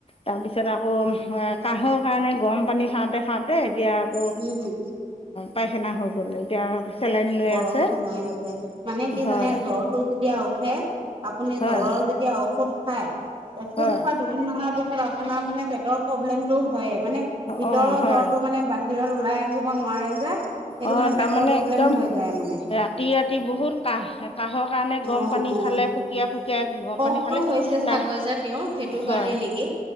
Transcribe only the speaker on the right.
উম,
গৰম
সোমাই গৈছে মানে কি
জানে জ্বৰটো যেতিয়া উঠে। আপুনি
জ্বৰৰ যেতিয়া ঔষধ খাই ঔষধ
খোৱা দুদিন মানৰ পিছত। আপোনাৰ মানে পেটৰ প্ৰব্লেমতটো হয়ে মানে ভিতৰৰ
জ্বৰটো মানে বাঢ়ে। ভিৰত ওলাই আহিব নোৱাৰে যে। সেইটো
মানে
পেটৰ প্ৰব্লেম
হৈ যায় মানে।
অ',
অ'।
কফটো
হৈছে
চাগৈ যে তেওঁৰ সেইটো
কাৰণে নেকি